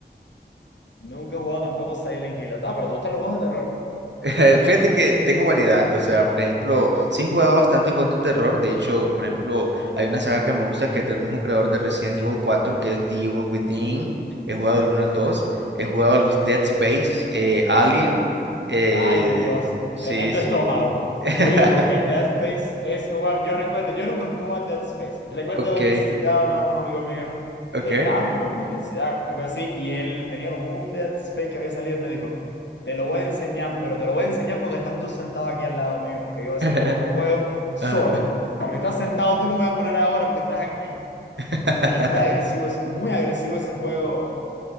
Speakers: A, on the left; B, on the right.
A: Nunca he jugado tampoco Silent Hill, ah, pero te gustan los juegos de terror.
B: <laughs> Fíjate que tengo variedad, o sea, por ejemplo, sí he jugado bastante juegos de terror, de hecho, por ejemplo, hay una saga que me gusta que es del mismo creador de Resident Evil 4 que es The Evil Within, he jugado el uno al dos he jugado los Dead Space, eh, Alien, eh,
A: Ay, Dios,
B: sí,
A: tremendo
B: sí,
A: estómago.
B: <laughs>
A: Oye, porque Dead Space es un juego- Yo recuerdo, yo nunca jugué a Dead Space. Recuerdo
B: ok,
A: haber visitado una vez un amigo mío,
B: ok,
A: eh, estábamos en la universidad, algo así, y él tenía como un Dead Space que había salido y me dijo: Te lo voy a enseñar, pero te lo voy a enseñar porque estás tú sentado aquí al lado mío, porque yo ese
B: <laughs>
A: juego no lo juego solo.
B: Ajá.
A: Porque estás sentado, tú lo voy a poner ahora porque estás aquí.
B: <laughs>
A: Porque es muy agresivo ese, muy agresivo ese juego